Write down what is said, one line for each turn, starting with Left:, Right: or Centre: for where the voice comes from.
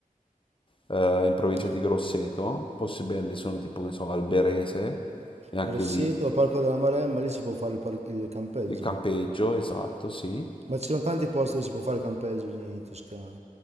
Left: eh, in provincia
Right: eh.
Left: di Grosseto. Posti belli sono tipo, che ne so, Alberese, e anche
Right: Grosseto,
Left: lì
Right: Parco della Maremma, lì si può fare il, par- il campeggio.
Left: il campeggio, esatto, sì.
Right: Ma ci sono tanti posti dove si può fare il campeggio lì in Toscana.